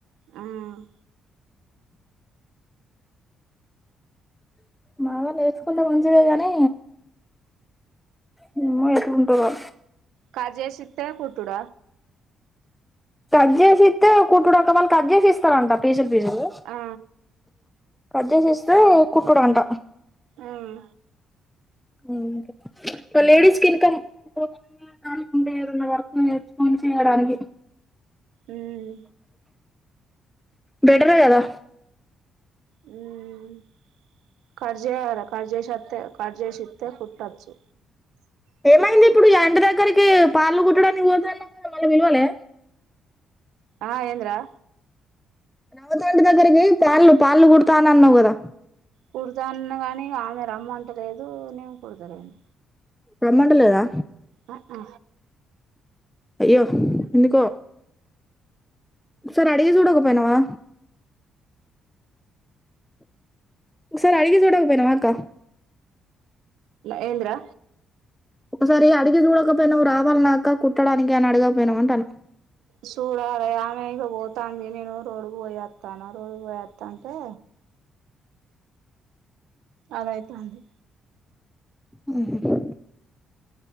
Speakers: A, on the right; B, in the centre.
A: మ్మ్
B: బగా నేర్చుకుంటె మంచిదే గానీ మేమో ఎట్లుంటదొ
A: కాజేసిత్తే కుట్టుడ
B: కట్ చేసిత్తె కుట్డుడు ఒకవేళ కట్ చేసిస్తరంట పీసులు పీసులు
A: ఆ
B: కట్ చేసిస్తే కుట్టుడంట
A: ఉమ్
B: మ్మ్ లేడీస్ కి ఇన్కమ్ కాకుంటే ఏదనా వర్క్ నేర్చుకొని చేయడానికి
A: ఉమ్
B: బెటర్ గదా
A: మ్మ్ కార్జేయాల కర్జేషత్త కర్జేసిత్తే కుుట్టచ్చు
B: ఏమైంది ఇప్పుడు ఎంట దగ్గరకి పార్లు కుట్టడానికి పోత అన్నావ్ గదా వాళ్లు పిలవలే
A: ఆ ఏంది రా
B: రామాచారి ఇంటి దగ్గరికి పన్లు పాన్లు కుడతా అన అన్నావు కదా
A: కుడతా అన్న గానీ ఇగ ఆమె రమ్మంటలేదు నేను కుడతలేను
B: రమ్మంట లేదా
A: అ ఆ
B: అయ్యో ఎందుకో ఒకసారి అడిగి చూడకపోయినావా ఒకసారి అడిగి చూడకపోయినావా అక్క
A: ఏంది రా
B: ఒకసారి అడిగి చూడకపోయినావ రావాలన్నాక కుట్టడానికి అని అడగకపోయినావ అంటానా
A: చూడాల ఆమె ఇగ పోతాంది నేను రోడ్ పోయత్తన రోజు పోయోత్తంటే అలా అయితాంది
B: హ్మ్ హు